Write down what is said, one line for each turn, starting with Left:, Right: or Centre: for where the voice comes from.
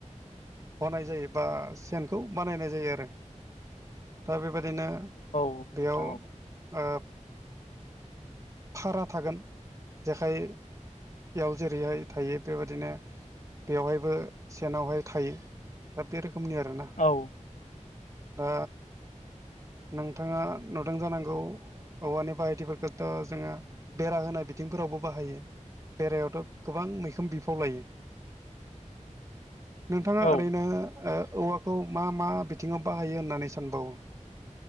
Right: हनाय जायो। बा सेनखौ बानायनाय जायो आरो दा बेबादिनो
Left: औ नोंथां
Right: बेयाव ओ
Left: औ
Right: थारा थागोन जेखाइयाव जेरैहाय थायो बेबायादिनो बेवहायबो सेनावहाय थायो दा बे रोखोमनि आरोना।
Left: औ
Right: ओ नोंथाङा नुदों जानांगौ औवानि बाहायटिफोरखौथ' जोंङो बेरा होनाय बिथिंफोरावबो बाहायो। बेरायावथ गोबां मैखोम बिफाव लायो। नोंथाङा
Left: औ
Right: ओरैनो औवाखौ मा मा बिथिङाव बाहायो होननानै सानबावो?